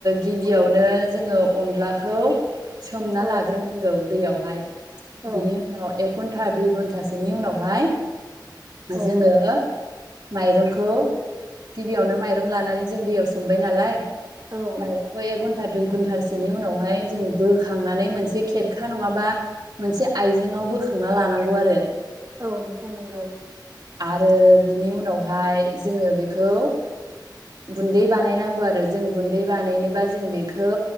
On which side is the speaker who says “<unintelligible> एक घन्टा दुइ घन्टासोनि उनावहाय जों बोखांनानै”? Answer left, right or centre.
Right